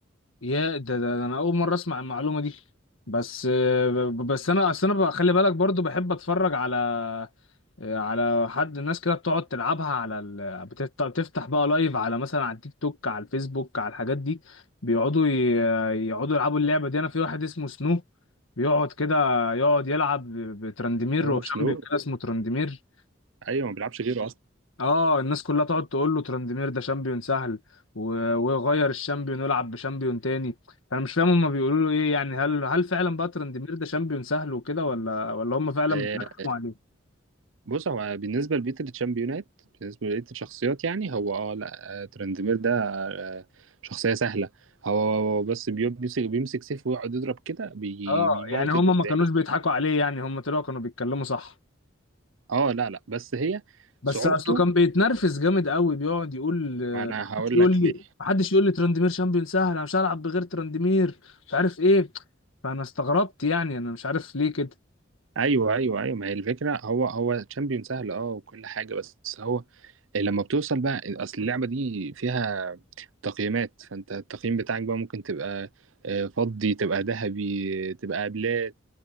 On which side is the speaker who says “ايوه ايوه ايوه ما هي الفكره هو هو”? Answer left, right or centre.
Right